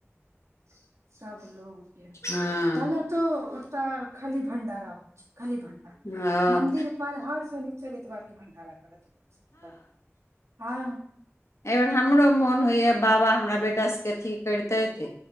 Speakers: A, on the right; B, on the left.
A: <inaudible> सब लोगके
B: हँ
A: कहले तो ओत्त खाली भन्डारा होय छै खाली भंडारा
B: ओ
A: मन्दिर पर हर शनिचर एतबारके भंडारा करत लोकसभ हँ
B: एहि बेर हमरो मोन होइया बाबा हमरा बेटा सबके ठीक करितैथ